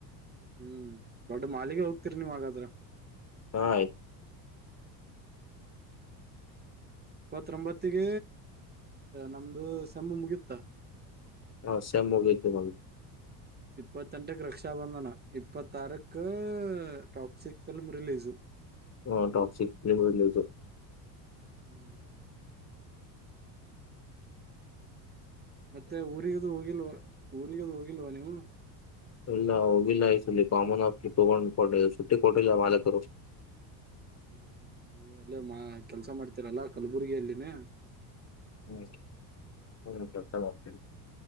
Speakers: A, on the right (about 20°); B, on the left (about 30°).
A: ಹ್ಮ್ ದೊಡ್ ಮಾಲಿಗೆ ಹೋಗ್ತಿರಿ ನೀವ್ ಹಾಗಾದ್ರ
B: ಹಾ
A: ಇಪ್ಪತ್ರೊಂಬತ್ತಗ ನಮ್ದು ಸಮ್ಮು ಮುಗಿಯುತ್ತ
B: ಹಾ ಸಸೇಮ್ ಮುಗಿಯುತ್ತೆ ನಮ್ದು
A: ಇಪ್ಪತ್ತೆಂಟಕ್ಕೆ ರಕ್ಷಾಬಂಧನ ಇಪ್ಪತ್ತಾರಕ್ ಟಾಕ್ಸಿಕ್ ಫಿಲ್ಮ್ ರಿಲೀಸ
B: ಹ ಟಾಕ್ಸಿಕ್ ಫಿಲಂ ರಿಲೀಸ್
A: ಹ್ಮ್ ಮತ್ತೆ ಊರಿಗ್ದು ಹೋಗಿಲ್ವ ಊರಿಗೆ ಹೋಗಿಲ್ವಾ ನೀವು
B: ಇಲ್ಲ ಹೋಗಿಲ್ಲ ಈ ಸಲಿ ಕಾಮನ್ ಆಪ್ ತಗೊಂಡ್ಕ ಸುಟ್ಟಿ ಕೊಟ್ಟಿಲ್ಲ ಮಾಲಕರು
A: ಹ್ಮ್ ನೀವು ಅಲ್ಲೇ ಮಾ ಕೆಲ್ಸ ಮಾಡ್ತೀರಲ್ಲಾ ಕಲಬುರ್ಗಿ ಅಲ್ಲಿನೇ
B: ಹ್ಮ್ ಹ್ಮ ಹೊಸಪೇಟೆ